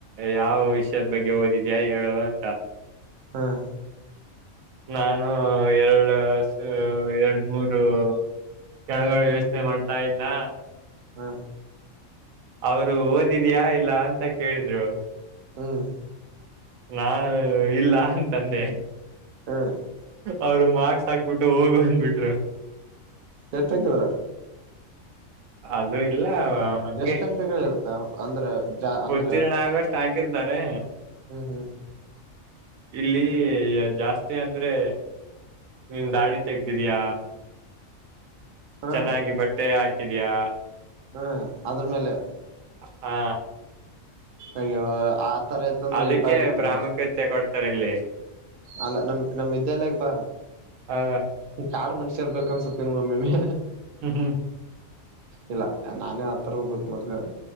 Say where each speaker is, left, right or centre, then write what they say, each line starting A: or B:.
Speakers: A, on the right (about 80°); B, on the right (about 60°).
A: ಯಾವ ವಿಷಯದ ಬಗ್ಗೆ ಓದಿದ್ಯಾಯಾ ಹೇಳುವ ಅಂತಾ.
B: ಹ್ಮ್
A: ನಾನು ಎರಡು ಎರಡು ಮೂರು. ಕೆಳಗ ಯೋಚನೆ ಮಾಡ್ತಾ ಇದ್ನ.
B: ಹಾ
A: ಅವರು ಓದಿದಿಯಾ ಇಲ್ಲ ಅಂತಾ ಕೇಳಿದ್ರು.
B: ಹ್ಮ್
A: ನಾನು ಇಲ್ಲ ಅಂತಂದೆ.
B: ಹ್ಮ್
A: ಅವರು ಮಾರ್ಕ್ಸ್ ಹಾಕ್ಬಿಟ್ಟು ಹೋಗು ಅಂದುಬಿಟ್ರು.
B: ಎಷ್ಟಕಿದ್ರ
A: ಅದು ಇಲ್ಲ ಹಂಗೆ
B: ಎಷ್ಟ್. ಇರ್ತಾ ಅಂದ್ರೆ ಜಾ ಅಂದ್ರ.
A: ಉತ್ತೀರ್ಣ ಆಗಷ್ಟು ಹಾಕಿರ್ತಾರೆ.
B: ಹ್ಮ್ ಹ್ಮ್
A: ಇಲ್ಲಿ ಜಾಸ್ತಿ ಅಂದ್ರೆ. ನಿನ್ ದಾಡಿ ತೆೆಗೆದಿದಯ
B: ಹಾ
A: ಚೆನ್ನಾಗಿ ಬಟ್ಟೆ ಹಾಕಿದಿಯಾ.
B: ಹ್ಮ್ ಅದ್ರ ಮೇಲೆ.
A: ಹಾ
B: ಅಯ್ಯೋ ಆತರ. ಇತ್ತಂದ್ರೆ
A: ಅದಕ್ಕೆ
B: ಇಲ್ ಬಾ ಇಲ್ ನಮ್
A: ಪ್ರಾಮುಖ್ಯತೆ ಕೊಡ್ತಾರೆ ಇಲ್ಲಿ.
B: ಅಲ್ಲ ನಮ್ಮ ನಮ್ಮ ವಿದ್ಯಾಲಯಕ್ಕೆ ಬಾ.
A: ಹಾ
B: ಕಾಡುಮನುಷ್ಯರ್ ಇರಬೇಕು ಅನ್ಸತ್ತೆ ನೀ ಒಮ್ಮೆಮ್ಮೆ.
A: ಹ್ಮ್ ಹ್ಮ್.
B: ಇಲ್ಲ ನಾನೇ ಆತರ ಹೋಗೋದು ಮೊದ್ಲೆ.